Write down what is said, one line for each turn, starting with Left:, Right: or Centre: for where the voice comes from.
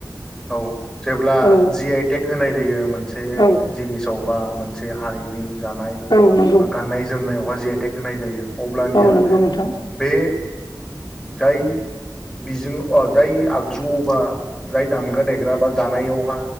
Centre: औ जेब्ला
Left: औ
Centre: जि आइ टेक होनाय जायो मोनसे
Left: औ
Centre: जिनिसाव बा मोन से हारिनि जानाय
Left: औ नंगौ
Centre: बा गाननाय जोमनायाव जि आइ टेक होनाय जायो अब्लानिया
Left: औ नंगौ नोंथां
Centre: बे जाय बिजों अ जाय आगजुआव बा जाय दामग्रा देग्रा बा जानायावहा